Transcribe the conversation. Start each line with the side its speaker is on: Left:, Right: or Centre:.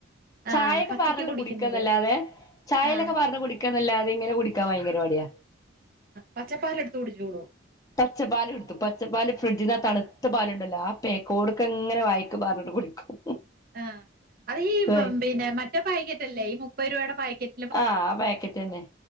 Right: ആഹ്
Left: ചായൊക്കെ
Right: പച്ചക്ക്
Left: പാർന്നിട്ട്
Right: കുടിക്കുന്നത്
Left: കുടിക്കന്നല്ലാതെ ചായലൊക്കെ
Right: ആഹ്
Left: പാർന്ന് കുടി ഒക്കെ ന്നല്ലാതെ ഇങ്ങനെ കുടിക്ക ഭയങ്കരമടിയാ
Right: പച്ചപ്പാൽ എടുത്ത് കുടിച്ചോളൂ
Left: പച്ചപ്പാൽ എടുത്തു പച്ചപ്പാൽ ഫ്രിഡ്ജിൽന്ന തണുത്ത പാലുണ്ടല്ലോ ആ പേക്കോടൊക്കെ ങ്ങനെ വായിക്ക പാർന്നട്ട് കുടിക്കും
Right: ആഹ് അത് ഈ
Left: ആഹ്
Right: പിന്നെ മറ്റേ പാക്കറ്റല്ലേ ഈ മുപ്പത് രൂപയുടെ പാക്കറ്റ്
Left: ആഹ് ആ പാക്കറ്റ്ന്നെ